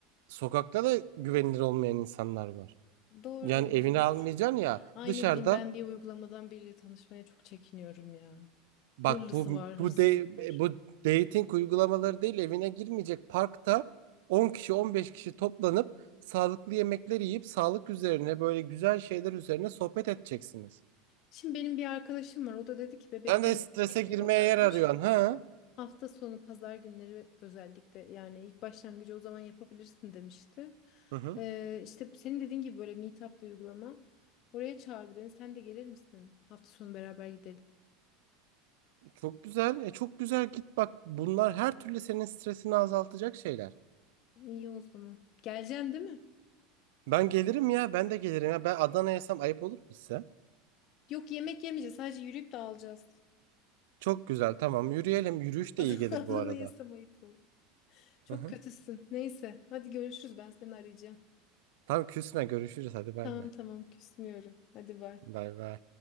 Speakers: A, on the right; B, on the left.
A: sokakta da güvenilir olmayan insanlar var.
B: Doğru,
A: Yani evine
B: evet.
A: almayacaksın ya
B: Ay
A: dışarıda
B: ne bileyim ben bir uygulamadan biriyle tanışmaya çok çekiniyorum ya.
A: Bak
B: Hırlısı
A: bu
B: var, hırsızı
A: bu de,
B: var.
A: bu dating uygulamaları değil evine girmeyecek parkta 10 kişi 15 kişi toplanıp sağlıklı yemekler yiyip sağlık üzerine böyle güzel şeyler üzerine sohbet edeceksiniz.
B: Şimdi benim bir arkadaşım var. O da dedi ki Bebek'te
A: Sen de
B: yürüyüşe
A: strese
B: gidiyorlarmış.
A: girmeye yer arıyorsun ha?
B: Hafta sonu pazar günleri özellikle yani ilk başlangıcı o zaman yapabilirsin demişti.
A: Hı hı.
B: Ee, işte senin dediğin gibi böyle meetup bir uygulama. Oraya çağırdı beni. Sen de gelir misin? Hafta sonu beraber gidelim.
A: Çok güzel. E çok güzel git bak. Bunlar her türlü senin stresini azaltacak şeyler.
B: İyi o zaman. Geleceksin değil mi?
A: Ben gelirim ya. Ben de gelirim ya. Ben Adana'yaysam ayıp olur mu size?
B: Yok yemek yemeyeceğiz. Sadece yürüyüp dağılacağız.
A: Çok güzel. Tamam yürüyelim. Yürüyüş
B: <laughs>
A: de iyi gelir
B: Adını
A: bu arada.
B: yesem ayıp olur. Çok
A: Hı hı.
B: kötüsün. Neyse. Hadi görüşürüz. Ben seni arayacağım.
A: Tamam küsme görüşürüz. Hadi bay
B: Tamam
A: bay.
B: tamam küsmüyorum. Hadi bay.
A: Bay bay.